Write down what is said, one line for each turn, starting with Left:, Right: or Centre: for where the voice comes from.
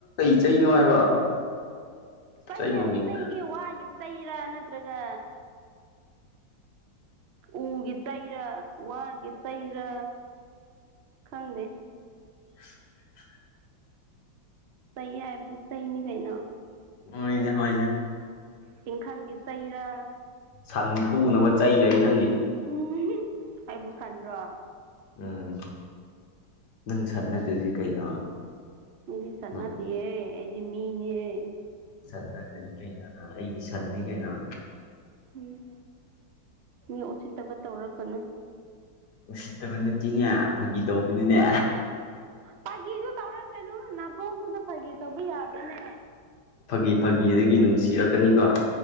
Left: ꯆꯩꯅꯣꯉ ꯍꯥꯏꯕ
Right: ꯇꯩ
Left: ꯆꯩ ꯃꯃꯤꯡ
Right: ꯑꯔꯦ ꯇꯩꯒ ꯋꯥꯦ ꯇꯩꯔ ꯅꯠꯇ꯭ꯔꯒ ꯎꯒꯤ ꯇ ꯆꯩꯔꯥ ꯋꯥꯒꯦ ꯆꯩꯔꯥ ꯈꯪꯗꯦ
Left: <inaudible>
Right: ꯁ ꯍꯥꯏꯗꯤ ꯁꯍꯤ ꯅ ꯀꯩꯅꯅ
Left: ꯑꯣꯏꯣꯏꯅꯦ ꯍꯅꯦ
Right: ꯇꯪꯈꯪꯒꯤ ꯆꯩꯔ
Left: ꯁꯟ ꯊꯨꯅꯕ ꯆꯩ ꯂꯩ ꯅꯪꯒꯤ
Right: ꯎ ꯑꯩꯕꯨ ꯁꯟꯗ꯭ꯔꯣ
Left: ꯎꯝ ꯅꯪ ꯁ ꯅꯠꯇꯗꯤ ꯀꯩꯅꯣ
Right: ꯑꯩꯗꯤ ꯁꯟꯅꯇꯤ
Left: ꯎꯝ
Right: ꯍꯦ ꯑꯩꯗꯤ ꯃꯤꯅꯤ ꯍꯦ
Left: ꯁꯟ ꯅꯠꯇꯗꯤ ꯀꯩꯅꯅ ꯑꯩ ꯁꯟꯅꯤ ꯀꯩꯅꯩꯅꯣ
Right: ꯎꯝ ꯃꯤ ꯎꯁꯤꯠꯇꯕ ꯇꯧꯔꯛꯀꯅꯨ
Left: ꯎꯁꯤꯠꯇꯕ ꯅꯠꯇꯦꯅꯦ ꯐꯥꯒꯤ ꯇꯧꯕꯅꯤꯅꯦ
Right: ꯐꯥꯒꯤꯦꯗꯨ ꯇꯧꯔꯛꯀꯅꯨ ꯅꯥꯕꯣꯛꯇꯨꯗ ꯐꯥꯒꯤꯦ ꯇꯧꯕ ꯌꯥꯕꯅꯦ
Left: ꯐꯥꯒꯤ ꯐꯥꯒꯤꯗꯒꯤ ꯅꯨꯡꯁꯤꯔꯛꯀꯅꯤꯀꯣ